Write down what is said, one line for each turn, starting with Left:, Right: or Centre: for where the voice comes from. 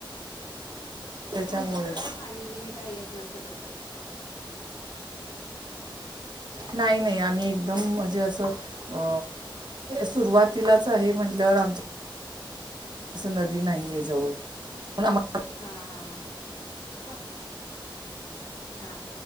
Right: त्याच्यामुळेच
Left: तुमच्याकडे काय पाणी बिनी काय येत नसेल असं <unintelligible>
Right: नाही नाही आम्ही एकदम म्हणजे असं अ सुरुवातीलाच आहे म्हटल्यावर आमच <unintelligible> नदी नाही जवळ आ <unintelligible>
Left: हा हा हा म हा